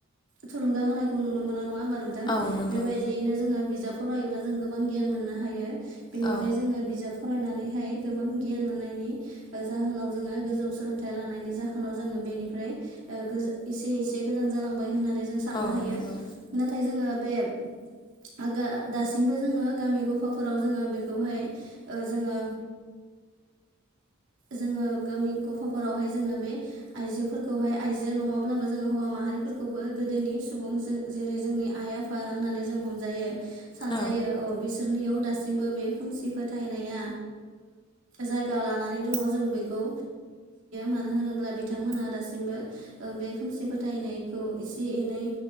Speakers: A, on the right (about 65°); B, on the left (about 20°).
A: थुलुंगा होनायखौ नुनो मोनो नङा होनबा नोंथां
B: औ नंगौ
A: बेबायदियैनो जोङो बिजाब फरायोब्ला जों गोबां गियान मोननो हायो बेनिफ्राय
B: औ
A: जोङो बिजाब फरायनानैहाय गोबां गियान मोननायनि जाहोनाव जोङो गोजौ सोलोंथाइ लानायनि जाहोनाव जोङो बेनिफ्राय ओ एसे एसे गोजान जालांबाय होननानै जों साननो
B: औ
A: हायो
B: नंगौ
A: नाथाय जोङो बे <inaudible> दासिमबो जोङो गामि गफाफोराव जोङो बेखौहाय जोङो जोङो गामि गफाफोरावहाय जोङो बे आइजोफोरखौहाय आइजो नङाब्लाबो जोङो हौवा माहारिफोरखौबो गोदोनि सुबुं जों जेरै जोंनि आइ आफा होननानै जों हमजायो सानजयो
B: औ
A: बिसोरनियाव दासिमबो बे खोमसि फोथायनाया जायगा लानानै दङ जों बेखौ मानो होनोबा बिथांमोनहा दासिमबो बे खोमसि फोथायनायखौ एसे एनै